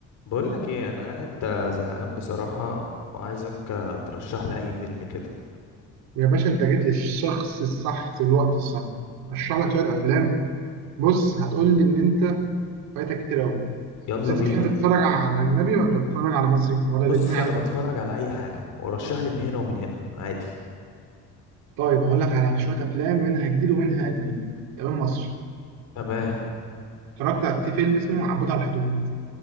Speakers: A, on the left; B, on the right.
A: بقول لك ايه انا قاعد آه، زهقان بصراحة وعايزك آه، ترشح لي اي فيلم كده
B: يا باشا انت جيت للشخص الصح في الوقت الصح اشرح لك شويه افلام بص هتقول لي ان انت فايتك كتير قوي
A: يلا
B: بس انت
A: بينا
B: تحب تتفرج على اجنبي ولا تتفرج على مصري ولا الاثنين
A: بص
B: عادي
A: انا بتفرج على اي حاجة ورشح لي من هنا ومن هنا عادي
B: طيب هقول لك على شويه افلام منها جديد ومنها قديم تمام مصري
A: تمام
B: اتفرجت في فيلم اسمه عبود على الحدود